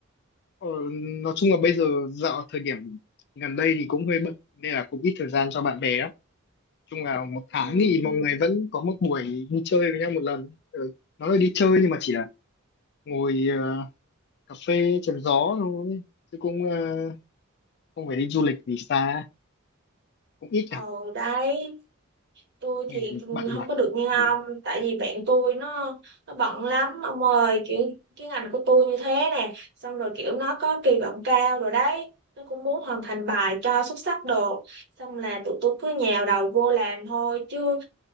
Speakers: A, on the left (about 50°); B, on the right (about 55°).
A: Ờ, nói chung là bây giờ dạo thời điểm gần đây thì cũng hơi bận nên là cũng ít thời gian cho bạn bè lắm. Nói chung là một tháng
B: ừ.
A: thì mọi người vẫn có một buổi đi chơi với nhau một lần. Ừ, nó là đi chơi nhưng mà chỉ là ngồi ờ, cà phê chém gió thôi chứ cũng ờ, không phải đi du lịch gì xa, cũng ít
B: ừ
A: gặp
B: đấy tôi
A: vì
B: thì
A: bận
B: không
A: mà.
B: có được như ông
A: Ừ.
B: tại vì bạn tôi nó nó bận lắm ông ơi kiểu cái ngành của tôi như thế nè xong rồi kiểu nó có kỳ vọng cao rồi đấy nó cũng muốn hoàn thành bài cho xuất sắc đồ xong là tụi tôi cứ nhào đầu vô làm thôi chứ